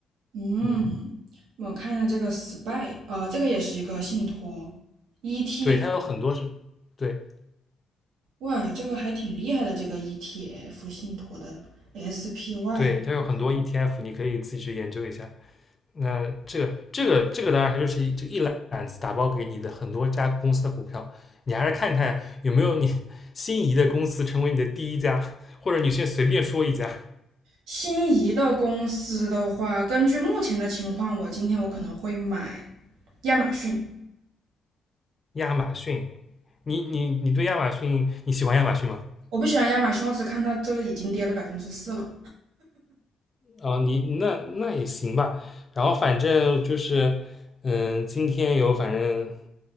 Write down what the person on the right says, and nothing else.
嗯，
我看一下这个 spy，呃，这个也是一个信托 e t
哇，这个还挺厉害的，这个 ETF 信托的 SPY。
心仪的公司的话，根据目前的情况，我今天我可能会买亚马逊。
我不喜欢亚马逊，我只看它这已经跌了百分之四了。